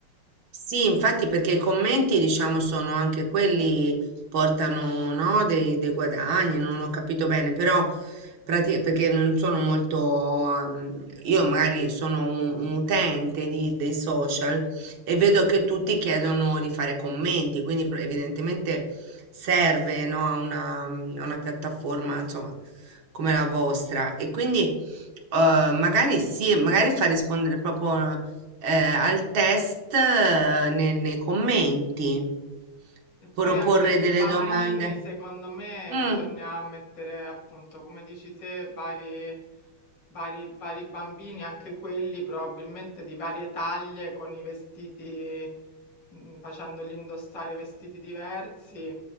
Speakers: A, on the right; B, on the left.
A: Sì, infatti perché i commenti, diciamo, sono anche quelli portano, no, dei, dei guadagni, non ho capito bene, però prati- perché non sono molto, ehm, io magari sono un, un utente di- dei social e vedo che tutti chiedono di fare commenti, quindi pro- evidentemente serve, no, a una, a una piattaforma, insomma, come la vostra. E quindi eh, magari sì, magari fa rispondere proprio eh, al test eh, nel- nei commenti,
B: E poi
A: proporre
B: anche sui
A: delle
B: bambini,
A: Ah, domande.
B: secondo me,
A: Mm,
B: bisogna mettere appunto, come dici te, vari, vari, vari bambini, anche quelli probabilmente di varie taglie, con i vestiti, mm, facendogli indossare vestiti diversi.